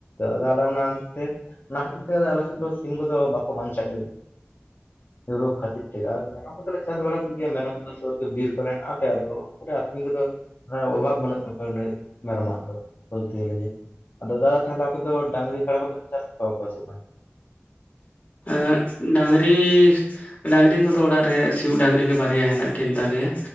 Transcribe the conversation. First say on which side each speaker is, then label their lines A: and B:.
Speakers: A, on the left; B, on the left.
A: ᱟᱫᱚ ᱟᱞᱮ ᱚᱱᱟᱛᱮ ᱚᱱᱟ ᱠᱷᱟᱹᱛᱤᱨ ᱛᱮ ᱟᱞᱮ ᱥᱮᱫ ᱫᱚ ᱥᱤᱢ ᱠᱚᱫᱚ ᱵᱟᱠᱚ ᱵᱟᱧᱪᱟᱜ ᱜᱮᱭᱟ᱾ ᱨᱳᱜ ᱠᱷᱟᱹᱛᱤᱨ ᱛᱮᱜᱮ ᱟᱨ ᱢᱮᱨᱚᱢ ᱠᱚᱫᱚᱞᱮ ᱪᱟᱥ ᱵᱟᱲᱟ ᱠᱚᱜᱮᱭᱟ ᱢᱮᱨᱚᱢ ᱠᱚᱫᱚ ᱥᱳᱨ ᱠᱨᱮᱵᱤᱨ ᱠᱚᱨᱮᱱᱟᱜᱮ ᱟᱫᱚ ᱟᱹᱛᱤᱧ ᱠᱚᱫᱚ᱾ ᱦᱮ ᱚᱵᱷᱟᱵ ᱵᱟᱹᱱᱩᱜ ᱛᱟᱠᱚᱣᱟ ᱢᱮᱨᱚᱢᱟᱜ ᱫᱚ ᱵᱚᱞᱛᱮ ᱜᱮᱞᱮ ᱡᱮ᱾ ᱫᱟᱫᱟ ᱛᱟᱦᱚᱞᱮ ᱟᱯᱮ ᱫᱚ ᱰᱟᱝᱨᱤ ᱠᱟᱰᱟ ᱠᱚᱫᱚ ᱯᱮ ᱪᱟᱥ ᱠᱚᱣᱟ ᱥᱮ ᱵᱟᱝ?
B: ᱮᱜ ᱰᱟᱝᱨᱤ ᱰᱟᱝᱨᱤ ᱠᱚᱫᱚ ᱚᱲᱟᱜ ᱨᱮ ᱥᱤᱭᱳᱜ ᱰᱟᱝᱨᱤ ᱜᱮ ᱵᱟᱨᱭᱟ ᱦᱮᱱᱟᱜ ᱠᱤᱱ ᱛᱟᱞᱮᱭᱟ᱾